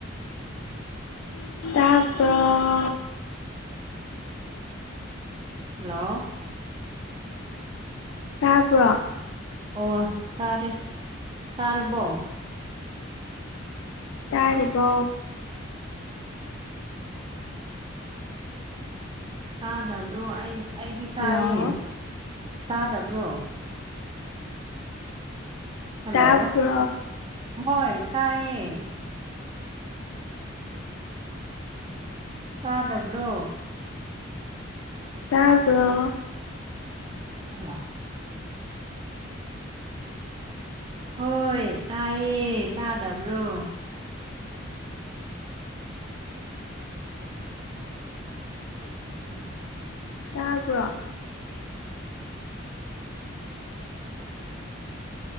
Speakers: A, on the left (about 80°); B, on the right (about 25°).
A: ꯇꯄ꯭ꯔ
B: ꯍꯜꯂꯣ
A: ꯇꯥꯄ
B: ꯑꯣ ꯇꯥꯔꯦ ꯇꯥꯔꯕꯣ
A: ꯇꯥꯔꯤꯔꯤꯕꯣ
B: ꯇꯥꯗꯕ꯭ꯔꯣ ꯑ ꯑꯩꯗꯤ ꯇꯥꯏꯌꯦ
A: ꯍꯜꯂꯣ
B: ꯇꯥꯗꯕ꯭ꯔꯣ ꯍꯜꯂꯣ
A: ꯇꯥꯄ
B: ꯍꯣꯏ ꯇꯥꯏꯑꯌꯦ ꯇꯥꯗꯕ꯭ꯔꯣ
A: ꯇꯥꯄ
B: ꯑ ꯍꯣꯏ ꯇꯥꯏꯌꯦ ꯇꯥꯗꯕ꯭ꯔꯣ ꯎꯝ
A: ꯇꯥꯔꯕ꯭ꯔꯣ